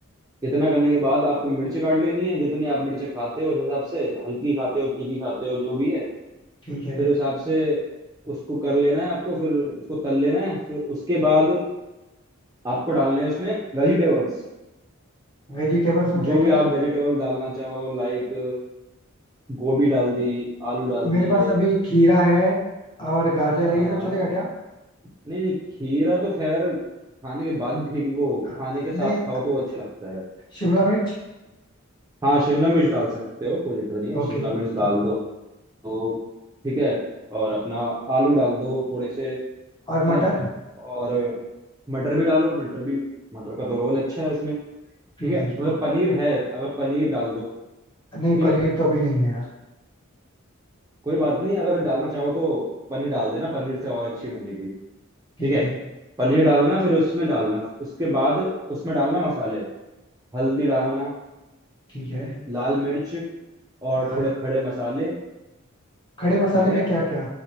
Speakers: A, on the right (about 15°); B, on the left (about 20°).
A: इतना करने के बाद आपको मिर्ची काट लेनी है जितनी आप मिर्ची खाते हो उस हिसाब से हल्की खाते हो तीखी खाते हो जो भी है
B: ठीक
A: फिर
B: है
A: उस हिसाब से उसको कर लेना है आपको फिर उसको तल लेना है फिर उसके बाद आपको डालना है उसमें वेजिटेबल्स
B: वेजिटेबल्स में
A: जो
B: क्या
A: भी
B: क्या
A: आप वेजिटेबल डालना चाहो लाइक गोभी डाल दी आलू डाल
B: मेरे
A: दिए
B: पास अभी खीरा है और गाजर है
A: हाँ
B: ये
A: हाँ
B: सब चलेगा क्या
A: नहीं नहीं खीरा तो खैर खाने के बाद ठीक वो
B: हाँ,
A: खाने के साथ
B: नहीं
A: खाओ तो वो अच्छा लगता है
B: शिमला मिर्च
A: हाँ शिमला मिर्च डाल सकते हो कोई दिक्कत नहीं है
B: ओके
A: शिमला मिर्च डाल
B: ठीक है।
A: दो तो ठीक है और अपना आलू डाल दो थोड़े से
B: और मटर
A: हैं और मटर भी डालो मटर भी मटर का तो रोल अच्छा है उसमें ठीक
B: फिर
A: है
B: ठीक
A: अगर
B: है
A: पनीर है अगर पनीर डाल दो
B: नहीं
A: ठीक
B: पनीर
A: है
B: तो अभी नहीं है यार
A: कोई बात नहीं अगर डालना चाहो तो पनीर डाल देना पनीर से और अच्छी बनेगी
B: ठीक
A: ठीक है
B: है
A: पनीर डालना फिर उसमें डालना उसके बाद उसमें डालना मसाले हल्दी डालना
B: ठीक है
A: लाल मिर्च और
B: लाल
A: थोड़े
B: मिर्च
A: खड़े मसाले
B: खड़े मसाले
A: ठीक है
B: में क्या क्या